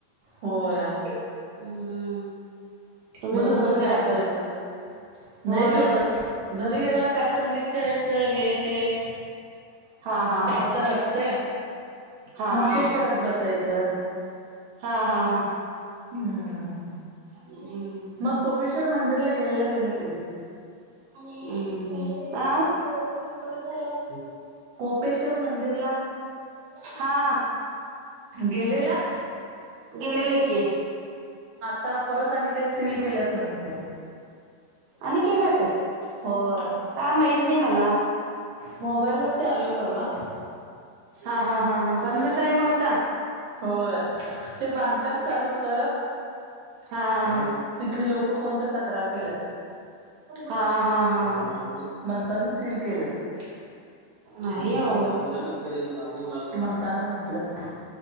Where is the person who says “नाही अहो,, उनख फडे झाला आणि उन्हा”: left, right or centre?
Right